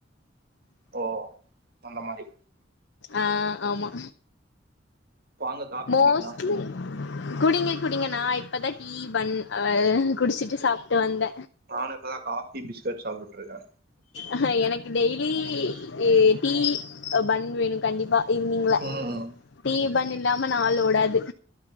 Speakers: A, on the right; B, on the left.
A: ஓ அந்த மாரி
B: ஆ ஆமா
A: வாங்க காஃபி
B: மோஸ்டிலி
A: குடிக்கலாம்
B: குடிங்க குடிங்க நா இப்பதா டீ பண் ஆ குடிச்சிட்டு சாப்ட்டு வந்த
A: நானு இப்பதா காபி பிஸ்கட் சாப்ட்டுருக்க
B: ஆ எனக்கு டெய்லி இ டீ பண் வேணு கண்டிப்பா ஈவினிங்ல
A: ம்
B: டி பண் இல்லாம நாள் ஓடாது